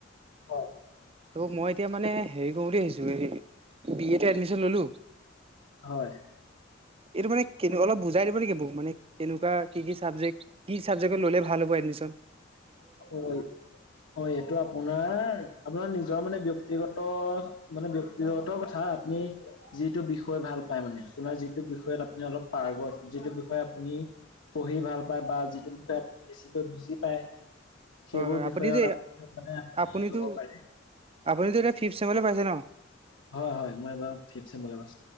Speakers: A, on the left; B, on the right.
A: হয়
B: ত' মই এতিয়া মানে হেৰি কৰোঁ আহিছোঁ বি এটো এডমিশ্যন ল'লোঁ
A: হয়।
B: এইটো মানে কে অলপ বুজাই দিব নেকি মোক মানে কেনেকুৱা কি কি চাবজেক্ট। কি চাবজেক্টত ল'লে ভাল হ'ব এডমিশন।
A: হয় হয় এইটো আপোনাৰ আপোনাৰ নিজৰ মানে ব্যক্তিগত মানে ব্যক্তিগত কথা আপুনি যিটো বিষয় ভাল পায় মানে আপোনাৰ যিটো বিষয়ত আপুনি অলপ পাৰ্গত যিটো বিষয়ে আপুনি পঢ়ি ভাল পায় বা যিটো বিষয়ে আপুনি বেছিকৈ বুজি পায়। সেইবোৰ
B: হয় হয় আপুনিতো
A: বিষয়ত মানে আপুনি
B: আপুনিতো
A: ল'ব পাৰে
B: আপুনিতো এতিয়া ফিফ চেমলৈ পাইছে ন?
A: হয় হয় মই এবাৰ ফিফ চেমত এবাৰ।